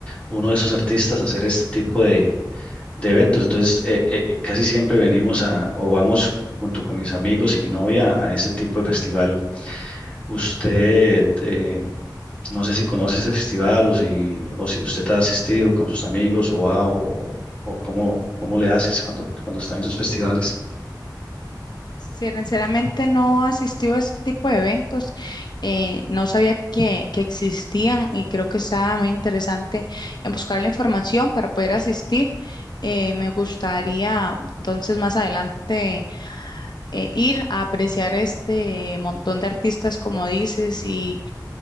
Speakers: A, on the left; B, on the left.
A: uno de esos artistas a hacer este tipo de eventos. Entonces, eh, eh, casi siempre venimos a, o vamos junto con mis amigos y mi novia a este tipo de festival. Usted, eh, no sé si conoce ese festival o si, o si usted ha asistido con sus amigos o va o, o cómo, cómo le haces cuando, cuando están en esos festivales.
B: Sí, Sinceramente no asistió a este tipo de eventos, eh, no sabía que, que existían y creo que está muy interesante en buscar la información para poder asistir. Eh, me gustaría entonces más adelante eh, ir a apreciar este montón de artistas como dices y